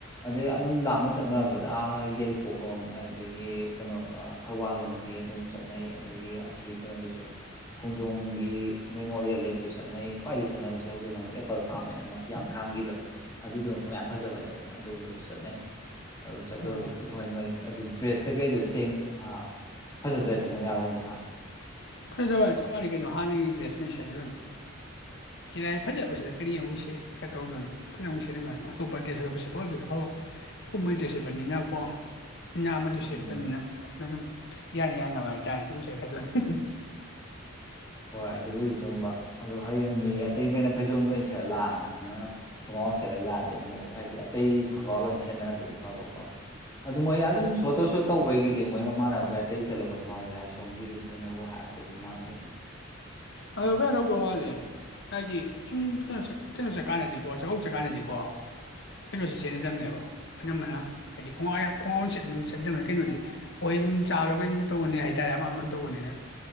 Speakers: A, on the left; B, on the left.
A: ꯑꯗꯩ ꯑꯗꯨꯝ ꯂꯥꯞꯅ ꯆꯠꯅꯔꯕꯗꯥ ꯌꯥꯏꯔꯤꯄꯣꯛ ꯂꯣꯝ ꯑꯗꯨꯗꯒꯤ ꯀꯩꯅꯣ ꯊꯧꯕꯥꯜ ꯂꯣꯝꯒꯤ ꯑꯗꯨꯝ ꯆꯠꯅꯩ ꯑꯗꯒꯤ ꯑꯁꯤꯒꯤ ꯀꯩꯅꯣꯒꯤꯁꯨ ꯈꯣꯡꯖꯣꯝꯒꯤ ꯃꯦꯃꯣꯔꯤꯌꯦꯜ ꯂꯩꯕꯁꯨ ꯆꯠꯅꯩ ꯈ꯭ꯋꯥꯏꯗꯒꯤ ꯆꯠꯅꯕꯁꯤ ꯍꯧꯖꯤꯛ ꯑꯃꯨꯛ ꯑꯦꯄꯜ ꯐꯥꯝ ꯍꯥꯏꯅ ꯊꯥꯡꯒꯤꯗꯣ ꯑꯗꯨꯏꯗꯣ ꯃꯐꯝ ꯌꯥꯝ ꯐꯖꯕꯅꯦꯕ ꯑꯗꯣꯝꯗꯁꯨ ꯆꯠꯅꯩ ꯑꯗꯨ ꯆꯠꯂꯨꯔꯕꯗꯤ
B: ꯑꯣ
A: ꯍꯣꯏ ꯅꯣꯏ ꯑꯗꯨ ꯗ꯭ꯔꯦꯁ ꯀꯩꯀꯩꯗꯣ ꯁꯦꯡ ꯑꯥ ꯐꯖꯗ꯭ꯔꯗꯤ ꯑꯃꯨꯛ ꯌꯥꯔꯣꯏꯅꯦ ꯍꯥ
B: ꯀꯩꯗꯧꯏ ꯍꯥꯏ ꯆꯞꯃꯥꯟꯅꯩ ꯀꯩꯅꯣ ꯍꯥꯟꯅꯒꯤ ꯗ꯭ꯔꯦꯁ ꯂꯣꯏ ꯁꯦꯠꯂꯤꯗꯨꯅꯤ ꯆꯤꯔꯥꯏ ꯐꯖꯕꯁꯤꯗ ꯀꯔꯤ ꯑꯃꯨꯛ ꯆꯦꯟꯁꯟ ꯇꯧꯗꯣꯏꯅꯣ ꯐꯖꯅ ꯑꯃꯨꯛ ꯁꯦꯠ ꯑꯗꯨꯃꯥꯏꯅ ꯑꯇꯣꯞꯄ ꯗ꯭ꯔꯦꯁ ꯁꯦꯠꯄ ꯑꯣꯏꯕꯗꯤ ꯑꯐꯕ ꯂꯨꯍꯣꯡꯕꯩ ꯗ꯭ꯔꯦꯁ ꯁꯦꯠꯄꯅꯤꯅꯀꯣ ꯏꯅ ꯑꯃꯗꯣ ꯁꯦꯠꯇꯕꯅꯤꯅ
A: ꯎꯝ
B: ꯑꯗꯨꯝ ꯌꯥꯅ ꯌꯥꯟꯅꯅꯕ ꯍꯥꯏꯇꯥꯔꯦ ꯑꯗꯨꯝ ꯁꯦꯠꯈꯔꯥꯗꯣꯏꯅꯤ
A: ꯍꯣꯏ ꯑꯗꯨꯕꯨꯗꯤ ꯆꯨꯝꯕ ꯑꯗꯣ ꯍꯌꯦꯡ ꯃꯤ ꯑꯇꯩ ꯃꯈꯩꯅ ꯐꯩꯖꯣꯝ ꯂꯣꯏ ꯁꯦꯠꯂ ꯂꯥꯛꯑꯥ ꯅꯪꯅ ꯈꯣꯡꯒ꯭ꯔꯥꯎ ꯁꯦꯠꯂ ꯂꯥꯛꯑꯗꯤ ꯑꯃꯨꯛ ꯍꯥꯏꯗꯤ ꯑꯇꯩ ꯈꯣꯡꯒ꯭ꯔꯥꯎ ꯂꯣꯏ ꯁꯦꯠꯅꯔꯕꯨꯗꯤ ꯐꯥꯕꯀꯣ ꯑꯗꯨ ꯃꯣꯏ ꯑꯗꯨꯝ ꯐꯣꯇꯣ ꯁꯨꯠ ꯇꯧꯕꯩꯒꯤꯗꯤ ꯃꯣꯏ ꯃꯃꯥꯟꯅꯕ ꯀꯩ ꯑꯇꯩ ꯆꯠꯂꯗꯧ ꯃꯥꯜꯂꯤꯗ ꯑꯁꯣꯝꯒꯤꯗꯤ ꯊꯣꯏꯅꯕꯨ ꯍꯥꯏꯔꯛꯄꯕꯨ ꯃꯥꯥꯟꯗꯦ
B: ꯑ ꯀ <inaudible> ꯅꯣꯡꯉꯥꯜꯂꯦ ꯍꯥꯏꯗꯤ ꯁꯨꯝ ꯀꯩꯅꯣ ꯀꯩꯅꯣ ꯆꯠꯀꯥꯟꯗꯗꯤꯀꯣ ꯆꯥꯛꯀꯧꯕ ꯆꯠꯀꯥꯟꯗꯗꯤꯀꯣ ꯀꯩꯅꯣꯁꯤ ꯁꯦꯠꯅꯗꯕꯅꯦꯕ ꯑꯅꯝꯕꯅ ꯍꯥꯏꯗꯤ ꯈꯣꯡ ꯈꯣꯡꯒꯥ꯭ꯔꯎ ꯆꯠꯅꯗꯕꯅꯤ ꯀꯩꯅꯣꯗꯤ ꯑꯩꯈꯣꯏ ꯁꯨꯝ ꯆꯥꯕꯁꯨ ꯀꯔꯤ ꯇꯧꯕꯅꯤꯅ ꯍꯥꯏꯇꯥꯔꯦ ꯑꯃ ꯑꯃ ꯇꯧꯕꯅꯤꯅ